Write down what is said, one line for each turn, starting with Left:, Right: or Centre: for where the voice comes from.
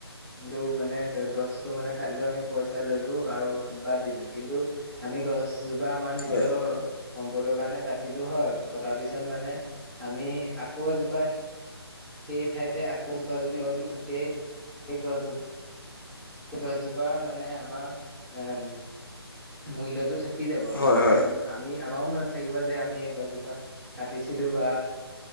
Centre: যটো মানে গছতটো মানে কাটিলো আমি পইচা ললো আৰু বাদ দিলো কিন্তু আমি গছ জোপা আমাৰ নিজৰ
Left: হয়
Centre: সম্পদৰ কাৰণে কাটিলো। হয় কটাৰ পিছত মানে। আমি আকৌ এজোপা সেই ঠাইতে আকৌজোপা যদি সেই। এই গাছ সেই গছজোপাৰ মানে আমাৰ এম মূল্যতো থাকে। কি যাব
Left: হয়
Centre: মানে
Left: হয়
Centre: আমি আমাৰো মনত থাকিব। যে আমি এই গছজোপা কাটিছিলো বা।